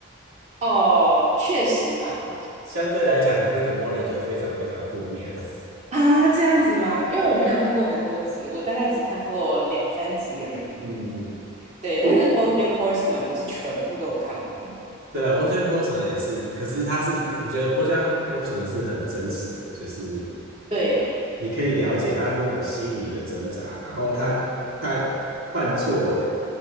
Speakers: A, on the right (about 35°); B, on the right (about 80°).
A: 哦，确实啦，
B: 相对来讲，Rick and Morty 就非常非常负面。<laughs>
A: 啊，这样子吗？因为我没有看过很多集，我大概只看过两三集而已。
B: 嗯嗯。
A: 对，但是《BoJack
B: 不
A: Horseman》我是全部都有看完。
B: 对啊，BoJack h o r e 也是，可是他是，我觉得 BoJack h o r e 是很真实的，就是
A: 对
B: 你可以了解他那种心理的挣扎，然后他他犯错